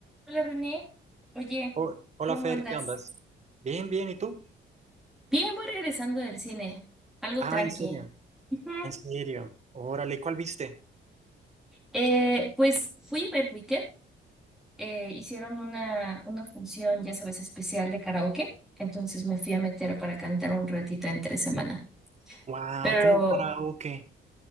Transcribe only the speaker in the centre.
Hola René, oye,
¿cómo
andas?
Bien, voy regresando del cine, algo
tranqui.
Ujú.
Eh, pues fui a ver Wicked, eh, hicieron una, una función, ya sabes, especial de karaoke, entonces me fui a meter para cantar un ratito entre semana.
Pero